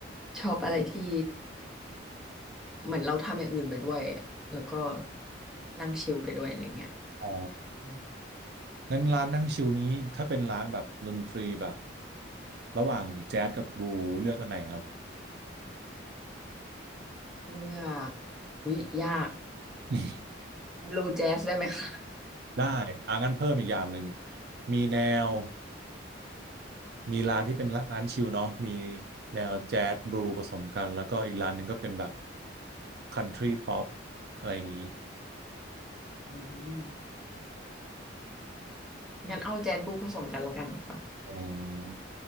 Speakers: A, in the centre; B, on the right.
A: ชอบอะไรที่เหมือนเราทำอย่างอื่นไปด้วยแล้วก็นั่งชิลไปด้วยอะไรเงี้ย
B: อ๋อ
A: อืม
B: งั้นร้านนั่งชิลนี้ถ้าเป็นร้านแบบดนตรีแบบระหว่างแจ๊สกับบลูเลือกอันไหนครับ
A: เลือกอุ๊ยยาก
B: <laughs>
A: บลูแจ๊สได้ไหมคะ
B: ได้อ่างั้นเพิ่มอีกอย่างหนึ่งมีแนวมีร้านที่เป็นร้านชิลเนาะมีแนวแจ๊สบลูผสมกันแล้วก็อีกร้านหนึ่งก็เป็นแบบคันทรีป๊อปอะไรอย่างนี้
A: อืมงั้นเอาแจ๊สบลูผสมกันแล้วกันค่ะ
B: อืม